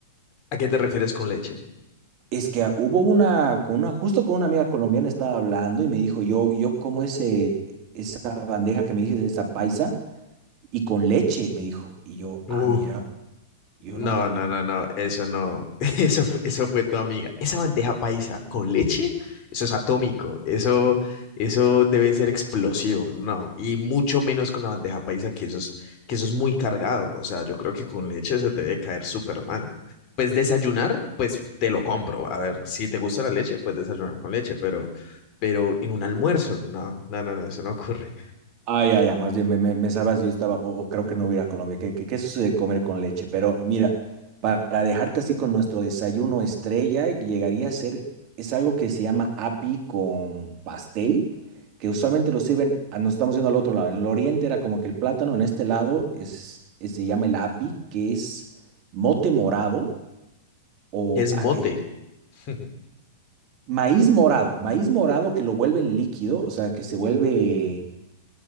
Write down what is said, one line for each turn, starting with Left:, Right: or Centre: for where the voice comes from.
Left: ¿a qué te refieres con leche?
Right: Es que ah, hubo una, con una, justo con una amiga colombiana estaba hablando y me dijo, yo, yo como ese, esa bandeja que me dices, esa paisa, y con leche, me dijo. Y yo,
Left: Uh,
Right: ah, mira, yo
Left: no,
Right: no, yo
Left: no, no, no, eso no. <laughs> Eso fue, eso fue tu amiga. Esa bandeja paisa con leche, eso es atómico. Eso, eso debe ser explosivo, no. Y mucho menos con la bandeja paisa, que eso es, que eso es muy cargado. O sea, yo creo que con leche se te debe caer súper mal. Pues desayunar, pues te lo compro. A ver, si te gusta la leche, pues desayunar con leche, pero, pero en un almuerzo, no, no, no, no, eso no ocurre.
Right: Ay, ay, ay. más bien me, me, me sabas, yo estaba, o, o creo que no voy a ir a Colombia, que, que, que eso se de comer con leche, pero mira, pa- para dejarte así con nuestro desayuno estrella, llegaría a ser, es algo que se llama api con pastel, que usualmente lo sirven, ah, nos estamos yendo al otro lado, en el oriente era como que el plátano, en este lado es, es- se llama el api, que es mote morado o
Left: Es
Right: ah,
Left: mote.
Right: eh,
Left: <laughs>
Right: maíz morado, maíz morado que lo vuelven líquido, o sea, que se vuelve